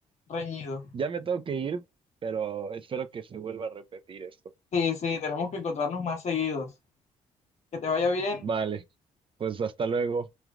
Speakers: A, on the left (about 55°); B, on the right (about 40°).
A: Reñido.
B: Ya me tengo que ir, pero espero que se vuelva a repetir esto.
A: Sí, sí, tenemos que encontrarnos más seguidos. Que te vaya bien.
B: Vale, pues hasta luego.